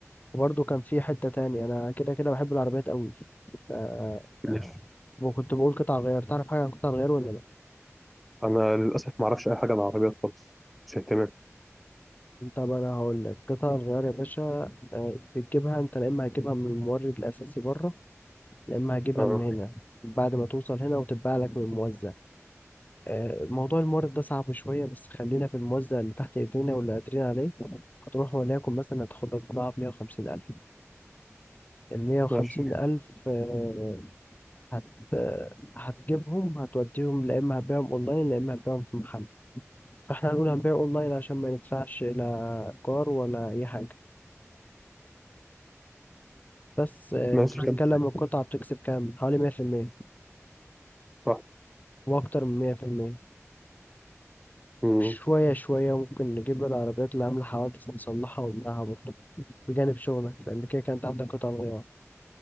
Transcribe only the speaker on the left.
وبرضه كان في حتة تاني أنا كده كده بحب العربيات أوي آه،
وكنت بقول قطع الغيار تعرف حاجة عن قطع الغيار ولا لأ؟
أنت بقى أنا هقول لك قطع الغيار يا باشا آه، بتجيبها أنت لا إما هتجيبها من المورد الأساسي بره لا إما هتجيبها
من هنا بعد ما توصل هنا وتتباع لك من الموزع آه، موضوع المورد ده صعب شوية بس خلينا في الموزع اللي تحت إيدينا واللي قادرين عليه هتروح وليكن مثلا هتاخد لك بضاعة بمية وخمسين ألف المية وخمسين
ألف آه، هت آه، هتجيبهم هتوديهم لا إما هتبيعهم أونلاين لا إما هتبيعهم في محل فاحنا هنقول هنبيع اونلاين عشان ما ندفعش لا ايجار ولا اي حاجه بس آه،
انت بتتكلم
القطعه بتكسب كام حوالي 100%
واكتر من 100%
شويه شويه ممكن نجيب العربيات اللي عامله حوادث نصلحها ونبيعها برضه بجانب شغلك لان كده كانت عندك قطع غيار